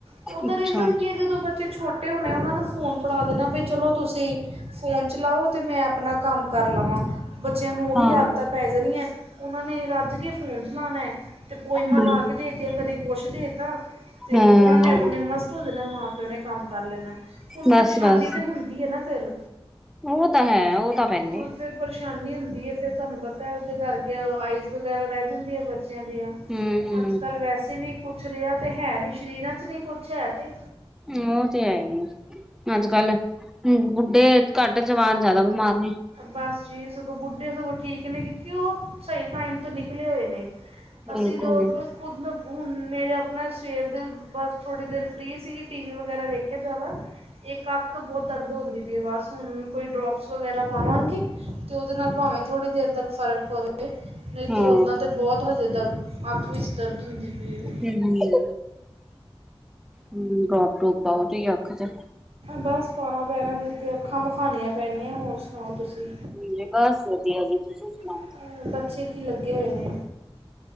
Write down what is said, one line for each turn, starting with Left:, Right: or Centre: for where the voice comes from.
Right: ਤੇ ਦਾ
Centre: ਅੱਛਾ
Right: ਰੀਜ਼ਨ ਕੀ ਹੈ ਜ ਜਦੋਂ ਬੱਚੇ ਛੋਟੇ ਹੋਣੇ ਉਹਨਾਂ ਨੂੰ ਫੋਨ ਫੜਾ ਦੇਣਾ ਬ ਚਲੋ ਤੁਸੀ ਫ਼ੋਨ ਚਲਾਓ ਤੇ ਮੈਂ ਆਪਣਾ ਕੰਮ ਕਰ ਲਵਾ। ਬੱਚਿਆਂ ਨੂੰ ਉਹੀ
Centre: ਹਾਂ
Right: ਆਦਤਾਂ ਪੈ ਜਾਣੀਆਂ ਉਹਨਾਂ ਨੇ ਰੱਜ ਕੇ ਫ਼ੋਨ ਚਲਾਣਾ। ਤੇ ਪੋਈਮਾਂ
Centre: ਹੂੰ
Right: ਲਾ ਕੇ ਦੇ ਤਿਆ ਕਦੇ ਕੁਛ ਦੇ ਤਾ ਤੇ
Centre: ਹਾਂ
Right: ਉਹਨਾਂ ਨੇ ਆਪਣੇ ਮਸਤ ਹੋ ਜਾਣਾ ਮਾਂ ਪਿਓ ਨੇ ਕੰਮ ਕਰ ਲੈਣਾ। ਹੁਣ
Centre: ਬਸ
Right: ਪਰੇਸ਼ਾਨੀ
Centre: ਬਸ
Right: ਤਾਂ ਹੁੰਦੀ ਹੈ ਨਾ ਫਿਰ।
Centre: ਉਹ ਤਾਂ ਹੈ ਉਹ ਤਾਂ ਪਹਿਲੇ।
Right: ਔਰ ਫਿਰ ਪਰੇਸ਼ਾਨੀ ਹੁੰਦੀ ਹੈ ਫਿਰ ਤੁਹਾਨੂੰ ਪਤਾ ਹੈ ਉਹਦੇ ਕਰਕੇ ਆਈਸ ਵਗੈਰਾ ਰਹਿ ਬੱਚਿਆਂ ਦੀਆ
Centre: ਹੂੰ
Right: ਅੱਜ ਕੱਲ ਵੈਸੇ ਵੀ ਕੁਛ ਰਿਆ ਤੇ ਹੈ ਨੀ। ਸਰੀਰਾਂ ਚ ਨਹੀ ਕੁਛ ਹੈ ਤੇ।
Centre: ਉਹ ਤੇ ਹੈ ਹੀ ਹੈ। ਅੱਜ ਕੱਲ ਹੂੰ ਬੁੱਢੇ ਘੱਟ ਜਵਾਨ ਜਾਦਾ ਬਿਮਾਰ ਨੇ।
Right: ਬਸ ਜੀ ਸਗੋਂ ਬੁੱਢੇ ਸਗੋਂ ਠੀਕ ਨੇ ਕਿਉਂ ਉਹ ਸਹੀ ਟਾਈਮ ਤੋਂ ਨਿਕਲੇ ਹੋਏ ਨੇ।
Centre: ਬਿਲਕੁਲ
Right: ਅਸੀਂ ਲੋਕ। ਖੁਦ ਮੈਂ ਹੁਣ ਮੇਰੇ ਆਪਣਾ ਸਵੇਰ ਦੇ ਬਸ ਥੋੜ੍ਹੀ ਦੇਰ ਫਰੀ ਸੀਗੀ ਟੀ ਵੀ ਵਗੈਰਾ ਦੇੇਖਿਆ ਜ਼ਿਆਦਾ। ਇਕ ਅਖ ਬਹੁਤ ਦਰਦ ਹੋੁੰਦੀ। ਬਸ ਹੁਣ ਕੋਈ ਡਰੋਪਸ ਵਗੈਰਾ ਪਾਵਾਂਗੇ ਤੇ ਉਹਦੇ ਨਾਲ ਭਾਵੇਂ ਥੋੜ੍ਹੀ ਦੇਰ ਤੱਕ ਫਰਕ ਪਵੇ। ਨਹੀਂ
Centre: ਹਾਂ
Right: ਤਾਂ ਉੱਦਾਂ ਤਾਂ ਬਹੁਤ ਹਜੇ ਦਰਦ ਅੱਖ ਵਿੱਚ ਦਰਦ ਹੁੰਦੀ ਪਈ ਹੈ।
Centre: ਹਮ। ਹਮ ਡੋਪ ਟੋਪ ਪਾਓ ਤੁਸੀ ਅਖ ਚੇ।
Right: ਬਸ ਪਾਉਣਾ ਪੈਣਾ ਨਹੀਂ ਤੇ ਅੱਖਾਂ ਵਿਖਾਣੀਆਂ ਪੈਣੀਆਂ ਹੋਰ ਸੁਣਾਓ ਤੁਸੀਂ।
Centre: ਜੀ ਬਸ ਵਧੀਆ ਜੀ ਤੁਸੀਂ ਸੁਣਾਓ।
Right: ਅਹ ਬੱਚੇ ਕੀ ਲੱਗੇ ਹੋਏ ਨੇ।